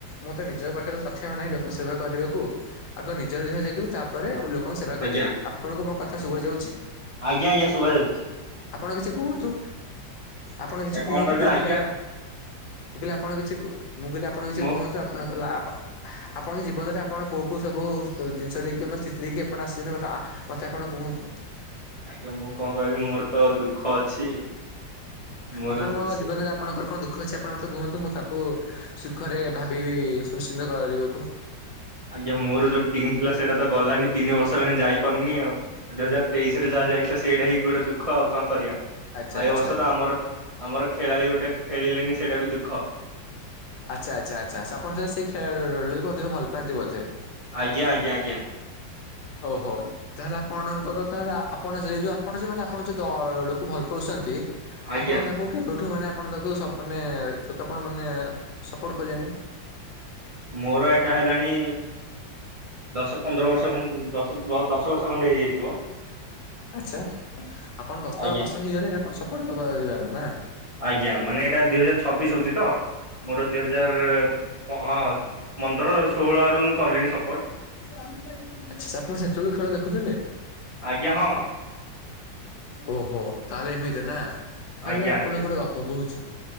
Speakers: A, on the left (about 80°); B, on the right (about 40°).
A: ମୁଁ ତ ନିଜ ପାଖରେ ସକ୍ଷମ ନାହିଁ ଲୋକଙ୍କୁ ସେବା କରିବାକୁ ଆଗ ନିଜର ଦେହ ଦେଖିବି ତାପରେ ଲୋକଙ୍କ ସେବା କରିବି।
B: ଆଜ୍ଞା
A: ଆପଣଙ୍କୁ ମୋ କଥା ଶୁଗା ଯାଉଛି?
B: ଆଜ୍ଞା ଆଜ୍ଞା ଶୁଭା ଯାଉଛି।
A: ଆପଣ କିଛି କୁହନ୍ତୁ ଆପଣ
B: ଆଜ୍ଞା
A: କିଛି କୁହନ୍ତୁ
B: କଣ କହିବି
A: ଯୋଉଥିପାଇଁ
B: ଆଜ୍ଞା
A: ମୁଁ କହିଲି ଆପଣ କିଛି କୁ ମୁଁ କହିଲି ଆପଣ କିଛି
B: ମୁଁ
A: କୁହନ୍ତୁ ଆପଣଙ୍କ ଲା ପା ଆପଣଙ୍କ ଜୀବନରେ ଆପଣ କୋଉ କୋଉ ସବୁ ଜିନିଷ ଦେଇକି ଏବଂ ସ୍ଥିତି ଦେଇକି ଆପଣ ଆସିଛନ୍ତି ମତେ ମତେ ଆପଣ କୁହନ୍ତୁ?
B: ଆଜ୍ଞା ମୁଁ କଣ କହିବି ମୋର ତ ଦୁଃଖ ଅଛି ମୋର
A: ଆପଣଙ୍କ ଜୀବନରେ ଆପଣଙ୍କର କଣ ଦୁଃ ଖ ଅଛି ଆପଣ ମତେ କୁହନ୍ତୁ ମୁଁ ତାକୁ ସୁଖରେ ଭାବିବି ସୁନିଶ୍ଚିନ୍ତ କରିବାକୁ
B: ଆଜ୍ଞା ମୋର ଯୋଉ ଟିମ୍ ଥିଲା ସେଇଟା ତ ଗଲାନି ତିନି ବର୍ଷ ହେଲାଣି ଯାଇପାରୁନି ଆଉ ଦୁଇ ହଜାର ତେଇଶରେ ଯାହା ଯାଇଥିଲା ସେଇଟା ହି ଗୋଟେ ଦୁଃଖ ଆଉ କଣ କରିବା। ଆଉ
A: ଆଚ୍ଛା ଆଚ୍ଛା
B: ଏ ବର୍ଷ ତ ଆମର ଆମର ଖେଳାଳି ଗୋଟେ ଖେଳିଲେନି ସେଇଟା ବି ଦୁଃଖ।
A: ଆଚ୍ଛା ଆଚ୍ଛା ଆଚ୍ଛା ଆପଣ ଜ ସେଇ ଖେଳକୁ ଅଧିକ ଭଲ ପାଆନ୍ତି ବୋଧେ?
B: ଆଜ୍ଞ ଆଜ୍ଞା ଆଜ୍ଞା।
A: ଓହୋ। ତାହେଲେ ଆପଣଙ୍କର ତାହେଲେ ଆପଣ ସେଇ ଯୋଉଁ ଆପଣ ସେମାନେ ଆପଣ ଯୋଉ ଦଳକୁ ଭଲ ପାଉଛନ୍ତି
B: ଆଜ୍ଞା।
A: ଆପଣ ତାଙ୍କୁ କେବେଠୁ ମାନେ ଆପଣ ତାକୁ ସପ ମାନେ ତାକୁ ଆପଣ ମାନେ ସପୋର୍ଟ କଲେଣି?
B: ମୋର ଏଇଟା ହେଲାଣି ଦଶ ପନ୍ଦର ବର୍ଷ ଖଣ୍ଡ ଦଶ ଦଶ ବର୍ଷ ଖଣ୍ଡେ ହେଇଯାଇଥିବ।
A: ଆଚ୍ଛା ଆପଣ ଦଶ
B: ଆଜ୍ଞା
A: ବର୍ଷ ହେଇଗଲେଣି ଆପଣ ସପୋର୍ଟ କରିବାର ନା?
B: ଆଜ୍ଞା ମାନେ ଏଇଟା ଦିଇ ହଜାର ଛବିଶ ହଉଛି ତ ମୋର ଦି ହଜାର ହେ ହଁ ପନ୍ଦର ଷୋହଳ ଆଡୁ ମୁଁ କଲିଣି ସପୋର୍ଟ।
A: ଆଛା ଆପଣ ସେତେବେଳୁ ଖେଳ ଦେଖୁଥିଲେ?
B: ଆଜ୍ଞା ହଁ।
A: ଓହୋ ତାହେଲେ ଏମିତି ନା, ତାହେଲେ
B: ଆଜ୍ଞା
A: ଆପଣଙ୍କୁ
B: ଆଜ୍ଞା
A: ଗୋଟେ ଗପ କହୁଛି।